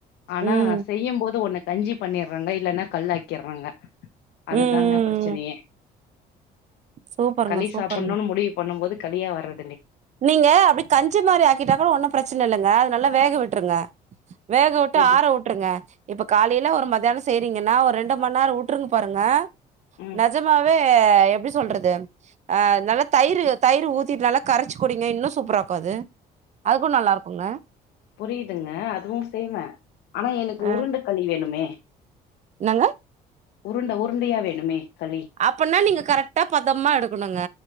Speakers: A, on the left; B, on the right.
A: ஆனா
B: ம்
A: செய்யு போது ஒன்னு கஞ்சி பண்ணிறங்க இல்லனா கல்லாக்கிறாங்க
B: ம்
A: அதுதாங்க
B: ம்
A: பிரச்சனையே
B: ம் சூப்பருங்க
A: களி
B: சூப்பருங்க
A: சாப்பன்னு முடிவு பண்ணு போது களியா வர்ற
B: நீங்க அப்டி கஞ்சி மாரி ஆக்கிட்டா கூட ஒன்னு பிரச்சன இல்லங்க அது நல்ல வேக விட்ருங்க <inaudible> வேக வுட்டு
A: எப்டி
B: ஆற வுட்ருங்க இப்ப காலைல ஒரு மத்தியான செய்றீங்கன்னா ஒரு ரெண்டு மண்ணேரம் வுட்ருனு பாருங்க
A: ம்.
B: நஜமாவே ஆ எப்டி சொல்றது ஆ நல்லா தயிரு தயிரு ஊத்திட் நல்லா கரச்சு குடிங்க இன்னு சூப்ராக்கும் அது அதுக்கு நல்லாருக்குங்க
A: புரிதுங்க அதுவு செய்வ ஆனா எனக்கு
B: ஆ
A: உருண்ட களி வேணுமே
B: என்னங்க
A: உருண்ட உருண்டையா வேணுமே களி.
B: அப்பன்னா நீங்க கரட்டா பதமா எடுக்கணுங்க